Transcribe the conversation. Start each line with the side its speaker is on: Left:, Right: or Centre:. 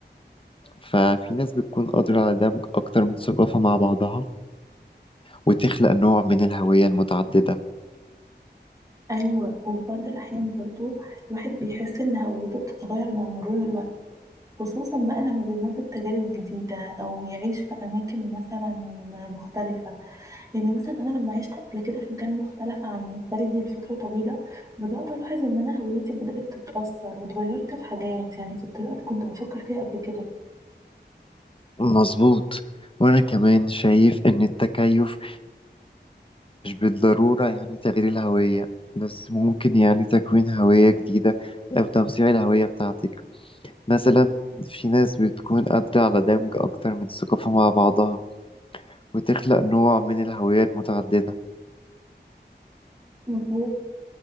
Left: ففي ناس بتكون قادرة على دمج أكتر من ثقافة مع بعضها وتخلق نوع من الهوية المتعددة
Right: أيوة وفي بعض الأحيان برضو الواحد بيحس إن هويته بتتغير مع مرور الوقت خصوصا بقى لما بيمر بتجارب جديدة أو يعيش في أماكن مثلا مختلفة يعني مثلا انا لما عشت قبل كده في مكان مختلف عن بلدي لفتره طويله بدات الاحظ ان انا هويتي بدات تتاثر واتغيرت في حاجات يعني في الطريقه اللي كنت بفكر فيها قبل كده
Left: مظبوط وأنا كمان شايف إن التكيف مش بالضرورة يعني تغيير الهوية بس ممكن يعني تكوين هوية جديدة أو توسيع الهوية بتاعتك مثلا في ناس بتكون قادرة على دمج أكتر من ثقافة مع بعضها وتخلق نوع من الهوية المتعددة
Right: مظبوط